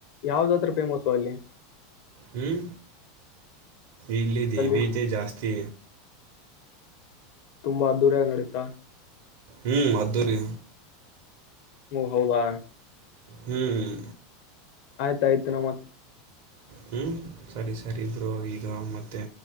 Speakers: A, on the left; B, on the right.
A: ಯಾವ್ದತ್ರ ಫೇಮಸ್ು ಅಲ್ಲಿ
B: ಹ್ಮ್ ಇಲ್ಲಿ ದೇವಿದೆ
A: ಅಲ್ಲಿ
B: ಜಾಸ್ತಿ
A: ತುಂಬಾ್ದೂರಾಗ ನಡೀತಾ
B: ಹ್ಮ್ ಅದ್ದೂರಿ
A: ಓ ಹೌದಾ
B: ಹ್ಮ್
A: ಆಯ್ತಾಯ್ತು ನಮ್ಮತ್
B: ಹ್ಮ ಸರಿ ಸರಿ ಇಬ್ರುೋ ಈಗ ಮತ್ತೆ